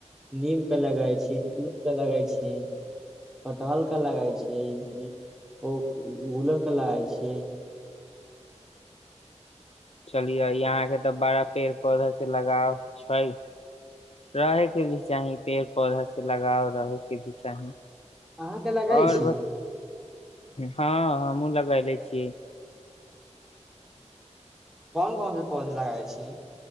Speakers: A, in the centre; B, on the left.
A: नीम के लगई छी तूत के लगई छी कटहल के लगइ छियै ओ गूलर के लगाइ छियै
B: चलियऔ यहाँ के तऽ बड़ा पेड़ पौधा से लगाव छै रहे के भी चाही पेड़ पौधा से लगाव रहे के भी चाही
A: अहाँ के लगाय
B: आओर
A: छी
B: बत हँ हमहुूँ लगायले छीयै
A: कोन कोन से पौधे लगाए छी